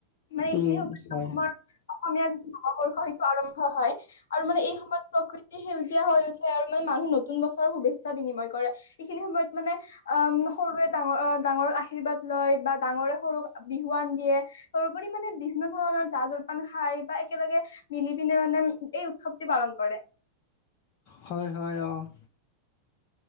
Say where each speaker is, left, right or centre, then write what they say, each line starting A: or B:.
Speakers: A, on the left; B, on the left.
A: মানে এইখিনি
B: উম
A: সময়
B: হয়
A: আমাৰ অসমীয়া যি নৱবৰ্ষ সেইটো আৰম্ভ হয়। আৰু মানে এই সময়ত প্ৰকৃতি সেউজীয়া হৈ উঠে আৰু মানে মানুহ নতুন বছৰৰ শুভেচ্ছা বিনিময় কৰে। এইখিনি সময়ত মানে আহ সৰুৱে ডাঙৰ ডাঙৰক আশীৰ্বাদ লয় বা ডাঙৰে সৰুক বিহুৱান দিয়ে। তাৰোপৰি মানে বিভিন্ন ধৰণৰ জা জলপান খাই বা একেলগে মিলি পিনে মানে এই উৎসৱটি পালন কৰে।
B: হয়, হয়, অ'।